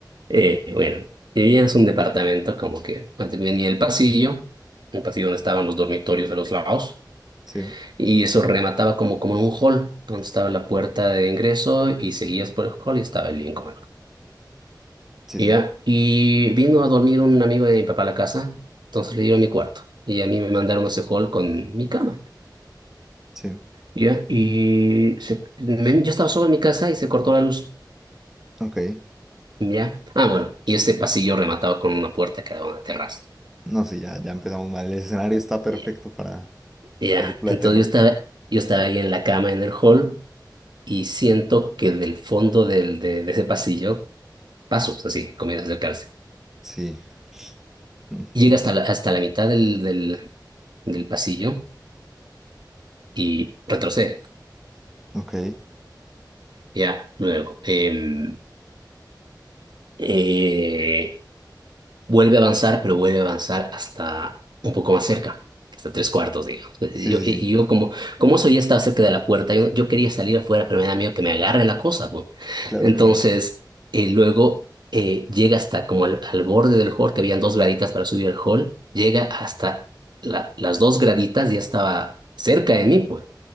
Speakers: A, on the right (about 70°); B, in the centre.
A: Eh, bueno, vivíamos un departamento como que antes venía el pasillo, un pasillo donde estaban los dormitorios a los lados,
B: Sí,
A: y eso remataba como, como en un hall, donde estaba la puerta de ingreso y seguías por el hall y estaba el living comedor.
B: sí,
A: Ya,
B: sí,
A: y vino a dormir un amigo de mi papá a la casa, entonces le dieron mi cuarto. Y a mí me mandaron a ese hall con mi cama.
B: sí.
A: Ya, y se- me- yo estaba solo en mi casa y se cortó la luz.
B: Ok.
A: Ya. Ah, bueno, y ese pasillo rematado con una puerta que daba a una terraza.
B: No, sí, ya, ya empezamos mal. El escenario está perfecto
A: Ya.
B: para
A: Ya.
B: película
A: Entonces
B: de terror.
A: yo estaba, yo estaba ahí en la cama en el hall y siento que del fondo del, de, de ese pasillo, pasos así, comienza a acercarse.
B: Sí. Mm,
A: Y llega hasta la, hasta la mitad del, del, del pasillo y retrocede.
B: Ok.
A: Ya, luego. em, eh, vuelve a avanzar, pero vuelve a avanzar hasta un poco más cerca, hasta tres cuartos, digamos. Entonces,
B: Sí,
A: yo,
B: sí,
A: y-
B: sí.
A: y yo como, como eso ya estaba cerca de la puerta, yo, yo quería salir afuera, pero me da miedo que me agarre la cosa, pues.
B: Claro,
A: Entonces,
B: claro.
A: eh, luego eh, llega hasta como al, al borde del hall, que habían dos graditas para subir al hall, llega hasta la- las dos graditas, ya estaba cerca de mí, pues